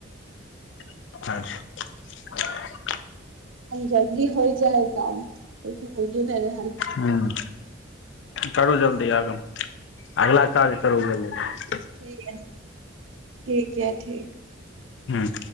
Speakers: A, on the left; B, on the right.
A: अच्छा
B: जल्दी होइ जाए काम लेकिन होईये नहि रहल
A: हूँ करू जल्दी आगाँ अगला काज करू उ बला नहि
B: ठीक यै ठीक यै ठीक
A: ह्म